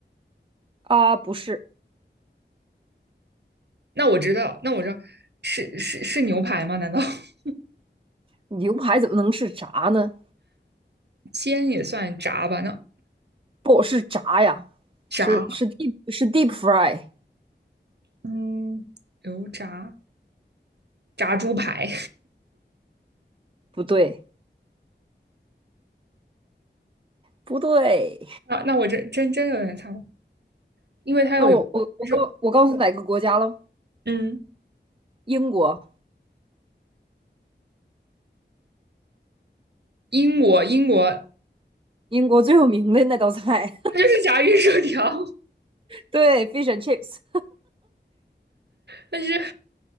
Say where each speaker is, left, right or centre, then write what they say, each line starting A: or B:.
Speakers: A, on the right; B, on the right.
A: 啊，不是
B: 那我知道，那我知道是是是牛排吗？难道 <laughs>
A: 牛排怎么能是炸呢？
B: 煎也算炸吧？那
A: 不是炸呀，
B: 炸，
A: 是是 deep 是 deep fry，
B: 嗯，油炸炸猪排
A: 不对不对。
B: <laughs> 那那我真真真有点猜不，因为它有
A: 那我我我告我告诉你哪个国家喽？
B: 肉。嗯，
A: 英国，
B: 英国，英国，
A: 英国最有名的那道菜，
B: 那就是炸鱼薯条。
A: 对，fish and chips。
B: 但是，